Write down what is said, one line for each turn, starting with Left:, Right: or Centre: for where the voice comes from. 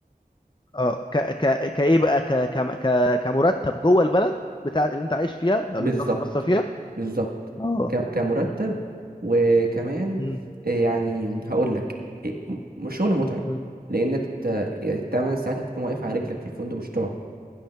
Left: اه ك ك كايه بقى ك ك ك- كمرتب جوه البلد بتاع اللي انت عايش فيها او
Right: بالظبط
Left: اللي انت واخد مصر فيها
Right: بالظبط
Left: اه
Right: ك- كمرتب وكمان
Left: مم.
Right: إيه يعني هقول لك إيه، م- شغل متعب
Left: مم.
Right: لان الت- التمن ساعات هتكون واقف على رجلك في الفندق مش تقعد